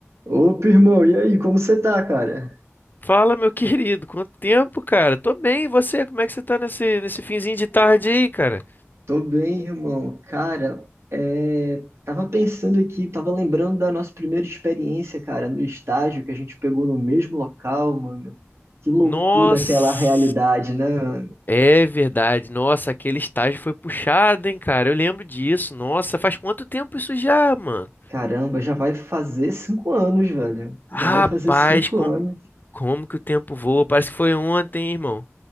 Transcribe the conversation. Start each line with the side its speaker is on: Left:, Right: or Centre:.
Right: Opa, irmão, e aí, como você tá, cara?
Left: Fala, meu querido, quanto tempo, cara? Tô bem, e você? Como é que você tá nesse, nesse finzinho de tarde aí, cara?
Right: Tô bem, irmão. Cara, é, tava pensando aqui, tava lembrando da nossa primeira experiência, cara, no estágio que a gente pegou no mesmo local, mano. Que loucura
Left: Nossa,
Right: aquela realidade, né? mano?
Left: é verdade. Nossa, aquele estágio foi puxado, hein, cara? Eu lembro disso. Nossa, faz quanto tempo isso já, mano?
Right: Caramba, já vai fazer cinco anos, velho.
Left: Rapaz,
Right: Já vai fazer cinco
Left: como,
Right: anos.
Left: como que o tempo voa? Parece que foi ontem, hein, irmão.